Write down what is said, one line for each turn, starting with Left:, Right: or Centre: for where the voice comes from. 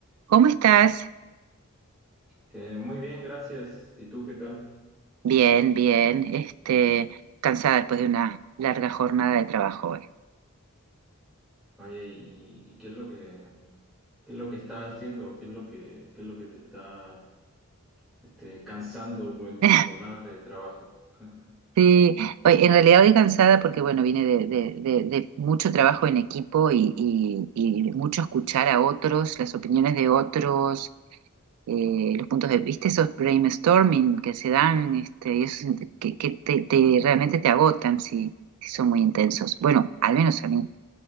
Right: ¿Cómo estás?
Centre: Este, muy bien, gracias. ¿Y tú qué tal?
Right: Bien, bien. Este, cansada después de una larga jornada de trabajo hoy.
Centre: Oye, ¿y, y qué es lo que qué es lo que estás haciendo? ¿Qué es lo que qué es lo que te está este, cansando en tus
Right: <laughs>
Centre: jornadas de trabajo? <laughs>
Right: Sí, hoy, en realidad hoy cansada porque, bueno, vine de, de- de- de mucho trabajo en equipo y, y- y mucho escuchar a otros, las opiniones de otros, eh, los puntos de vista, esos brainstorming que se dan, este, y esos que, que te, te- realmente te agotan si, si son muy intensos. Bueno, al menos a mí.